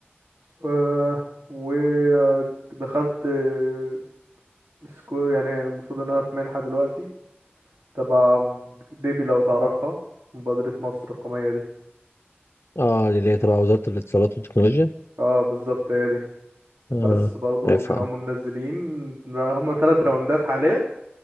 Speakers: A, on the right (about 80°); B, on the left (about 75°).
A: آه، ودخلت آه، سكو يعني المفروض ان انا في منحة دلوقتي تبع ديبي لو تعرفها مبادرة مصر الرقمية دي
B: اه دي اللي هي تبع وزاره الاتصالات والتكنولوجيا
A: اه بالظبط هي دي
B: اه
A: بس برضو
B: عارفها
A: كانوا
B: اه
A: هم منزلين هم ثلاث راوندات حاليا